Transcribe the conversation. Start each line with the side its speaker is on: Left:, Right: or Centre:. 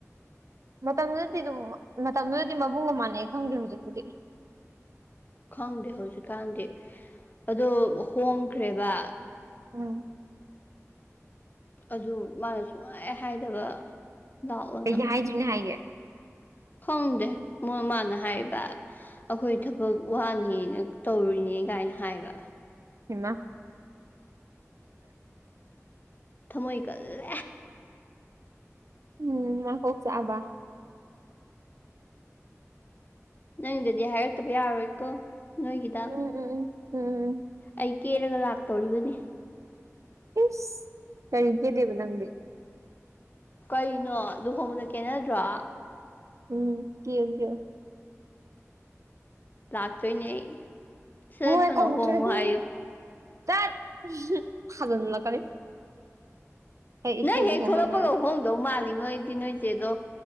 Right: ꯃꯇꯝꯗꯨꯗꯗꯤ ꯑꯗꯨꯝ ꯃꯇꯝꯗꯨꯗꯗꯤ ꯃꯕꯨꯡꯒ ꯃꯥꯟꯅꯩ ꯈꯪꯗꯦ ꯍꯧꯖꯤꯛꯄꯨꯗꯤ
Left: ꯈꯪꯗꯦ ꯍꯧꯖꯤꯛꯀꯥꯟꯗꯤ ꯑꯗꯣ ꯍꯣꯡꯈ꯭ꯔꯦꯕ
Right: ꯎꯝ
Left: ꯑꯗꯨ ꯃꯥꯅ ꯁꯨꯡꯍꯥꯏ ꯍꯥꯏꯗꯕ ꯂꯥꯛꯑꯣꯅ
Right: ꯀꯩꯒꯤ ꯍꯥꯏꯗ꯭ꯔꯤꯅꯤ ꯍꯥꯏꯒꯦ
Left: ꯈꯪꯗꯦ ꯃꯣꯏ ꯃꯥꯅ ꯍꯥꯏꯔꯤꯕ ꯑꯩꯈꯣꯏ ꯊꯕꯛ ꯋꯥꯅꯤꯅ ꯇꯧꯔꯨꯏꯅꯦ ꯀꯥꯏꯅ ꯍꯥꯏꯕ
Right: ꯍꯤꯃꯥ
Left: ꯊꯝꯃꯣꯏ ꯀꯜꯂꯦ
Right: ꯎꯝ ꯃꯀꯣꯛ ꯆꯥꯛꯑꯕ
Left: ꯅꯪꯒꯤꯗꯗꯤ ꯍꯥꯏꯔꯛꯇꯕ ꯌꯥꯔꯣꯏꯀꯣ ꯅꯣꯏꯒꯤꯗ
Right: ꯎꯝ ꯎꯝ ꯎꯝ ꯎꯝ ꯎꯝ
Left: ꯑꯩ ꯀꯦꯔꯒ ꯂꯥꯛꯇꯣꯔꯤꯕꯅꯤ
Right: ꯏꯁ ꯀꯔꯤ ꯀꯦꯗꯣꯏꯕ ꯅꯪꯗꯤ
Left: ꯀꯩꯅꯣ ꯂꯨꯍꯣꯡꯕꯗ ꯀꯦꯅꯗ꯭ꯔꯣ
Right: ꯎꯝ ꯀꯦꯌꯨ ꯀꯦꯌꯨ
Left: ꯂꯥꯛꯇꯣꯏꯅꯦ ꯑꯩ ꯁꯠ ꯁꯠ
Right: ꯍꯣꯏ
Left: ꯊꯨꯅ
Right: ꯀꯧꯗ꯭ꯔꯗꯤ
Left: ꯍꯣꯡꯉꯨ ꯍꯥꯏꯌꯨ
Right: ꯆꯠ ꯊꯥꯖꯜꯂꯛꯀꯅꯤ ꯑꯩ ꯏꯆꯦꯕꯨ
Left: ꯅꯪ ꯍꯦꯛ
Right: ꯍꯣꯡꯍꯟꯂꯔꯣꯏ
Left: ꯊꯣꯛꯂꯛꯄꯒ ꯍꯣꯡ ꯗꯧ ꯃꯥꯜꯂꯤꯉꯣ ꯑꯩꯗꯤ ꯅꯣꯏ ꯆꯦꯗꯣ